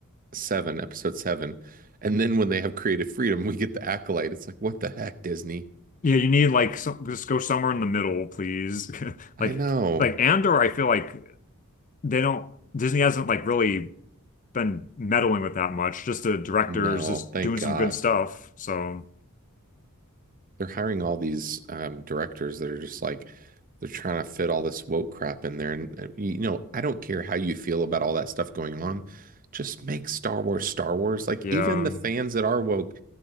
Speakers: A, on the right; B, on the left.
A: seven, episode seven. And then when they have creative freedom, we get the acolyte. It's like, what the heck, Disney?
B: Yeah, you need like some just go somewhere in the middle, please. <laughs>
A: I
B: Like
A: know.
B: like Andor, I feel like they don't Disney hasn't like really been meddling with that much. Just the directors
A: No,
B: just
A: thank
B: doing
A: God.
B: some good stuff. So
A: They're hiring all these um directors that are just like they're trying to fit all this woke crap in there. And uh, you know, I don't care how you feel about all that stuff going on. Just make Star Wars Star Wars. Like
B: yeah.
A: even the fans that are woke